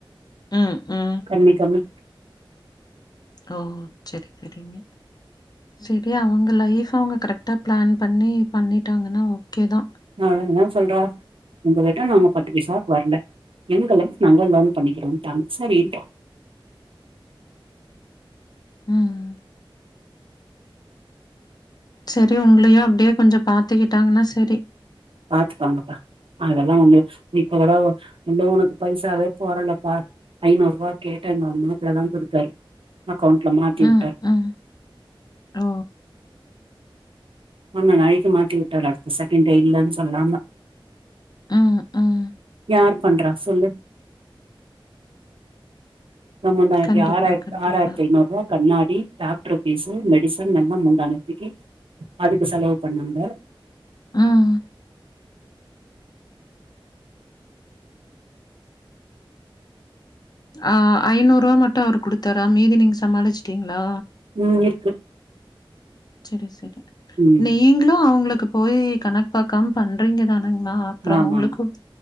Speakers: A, on the left; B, on the right.
A: ம் ம்
B: கண்டிக்காம
A: ஓ செரி செரிங்க செரி அவுங்க லைஃப்ப அவுங்க கரெக்டா ப்ளான் பண்ணி பண்ணிட்டாங்கன்னா ஓகே தா
B: நா என்ன சொல்றா ஒங்கள விட நாங்க பத்து பைசாவுக்கு வரல எங்க லைஃப் நாங்க லேர்ன் பண்ணிக்கிறோட்டாங்க சரின்ட்டோ
A: ம் ம் சரி உங்களையு அப்டியே கொஞ்சொ பாத்துக்கிட்டாங்கன்னா சரி
B: பாத்துப்பாங்கப்பா அதெல்லா ஒன்னு இப்ப கூட ஒ இன்னு ஒனக்கு பைசாவே போடலப்பா ஐநூறுபா கேட்ட எங்க மாப்ளதா குடுத்தாரு அக்கௌண்ட்ல மாத்தி
A: ம்,
B: விட்டாரு
A: ம். ஓ
B: ஆமா நைட்டு மாத்தி வுட்டாரு அடுத்த செகண்ட்டே இல்லனு சொல்லாம
A: ம், ம்.
B: யார் பண்றா சொல்லு <unintelligible> ஆறாயிரத்
A: கண்டிப்பா, கண்டிப்பா.
B: ஆறாயிரத்தி ஐநூறுவா கண்ணாடி டாக்டர் ஃபீசு மெடிசன்னெல்லா முந்தாநேத்திக்கு அதுக்கு செலவு பண்ணாங்க
A: ம். ஆ ஐநூறுவா மட்டு அவரு குடுத்தாரா மீதி நீங்க சமாளிச்சுட்டீங்ளா
B: ம் இருக்கு
A: செரி செரி
B: ம்
A: நீங்களு அவங்களுக்கு போய் கணக்கு பாக்காம பண்றீங்க தானங்னா அப்றோ
B: ஆமா
A: அவங்களுக்கும்